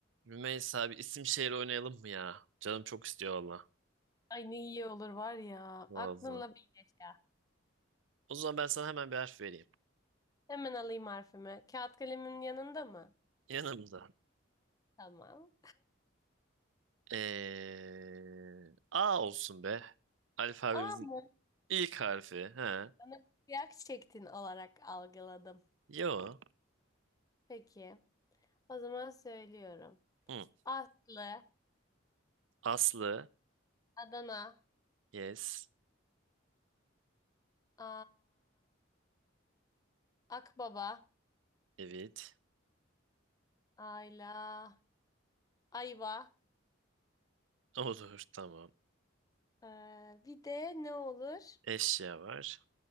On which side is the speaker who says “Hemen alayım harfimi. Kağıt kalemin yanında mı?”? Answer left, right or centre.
Left